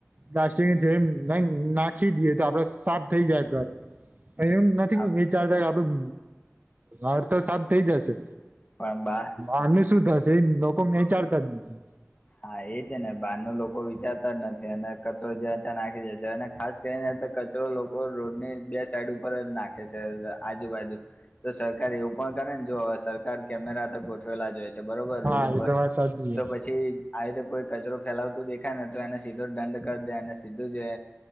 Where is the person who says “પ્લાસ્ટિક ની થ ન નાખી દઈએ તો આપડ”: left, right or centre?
Right